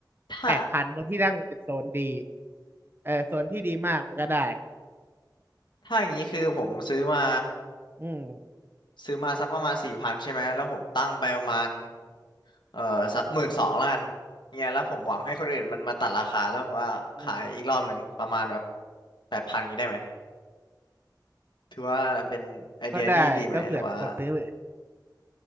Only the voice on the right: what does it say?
แปดพันเพราะที่นั่งมันเป็นโซนดีเออโซนที่ดีมากมันก็ได้
อืม
อืม
ก็ได้ก็เผื่อมีคนซื้อ